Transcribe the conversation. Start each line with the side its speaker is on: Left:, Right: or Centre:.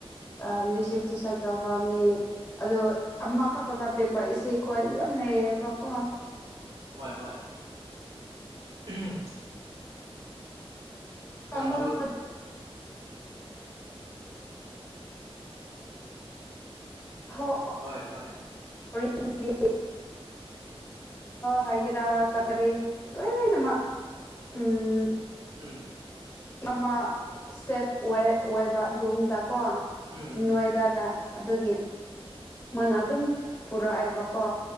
Left: ꯑ ꯃꯌꯨꯖꯤꯛꯇꯤ
Right: ꯎꯝ
Left: ꯆꯠ ꯇꯧꯕ ꯃꯤ ꯑꯗꯨ ꯑꯃꯈꯛꯇ ꯅꯠꯇꯦꯕ ꯏꯆꯦꯈꯣꯏ ꯌꯥꯝ ꯂꯩꯩꯌꯦꯕꯀꯣ
Right: ꯍꯣꯏ ꯍꯣꯏ <unintelligible>
Left: ꯐꯪꯕ
Right: ꯅꯪꯁꯨ
Left: <unintelligible> <unintelligible>
Right: ꯍꯣꯏ ꯍꯣꯏ
Left: <unintelligible> ꯍꯥꯏ ꯆꯥ ꯀꯀꯔꯤ ꯂꯣꯏꯅꯃꯛ ꯎꯝ
Right: ꯎꯝ
Left: ꯑꯃ ꯁꯦꯐ ꯑꯣꯏ ꯑꯣꯏꯕ ꯒꯨꯝꯗꯀꯣ
Right: ꯎꯝ
Left: ꯅꯣꯏꯗꯗ
Right: ꯎꯝ
Left: ꯑꯗꯨꯒꯤ ꯃꯥꯅ ꯑꯗꯨꯝ ꯄꯨꯔꯛꯑꯦꯕꯀꯣ